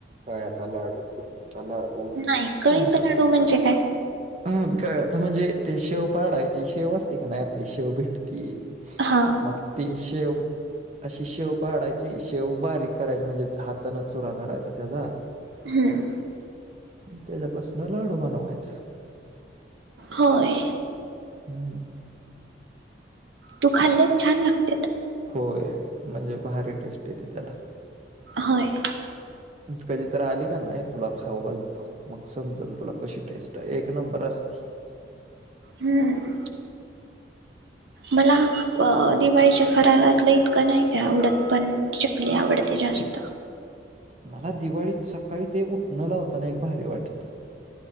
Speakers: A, on the right (about 35°); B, on the right (about 75°).
A: कळ्याचा लाडू, बुंदी चा लाडू उ
B: नाही कळीचा लाडू म्हणजे काय
A: उ कळ्याचा म्हणजे ते शेव पाडायची शेव असते का नाई आपली शेव भेट ती
B: हा
A: मग ती शेव अशी शेव पाडायची ती शेव बारीक करायची म्हणजे हातानच चुरा करायचा तेजा
B: हम्म
A: आणि त्याज्यापासनं लाडू बनवायचं.
B: होय.
A: हम्म
B: तू खाल्ले छान लागतेत.
A: होय म्हणजे भारी टेस्ट येते त्याला.
B: होय.
A: कधी तर आली का नाही तुला खाऊ घालतो मग समजाल तुला कशी टेस्ट आहे एक नंबर असती.
B: हम्म मला अ दिवाळीच्या फरारात इतकं नाही काय आवडत पण चकली आवडते जास्त.
A: मला दिवाळीत सकाळी ते उठणं लावताना एक भारी वाटत.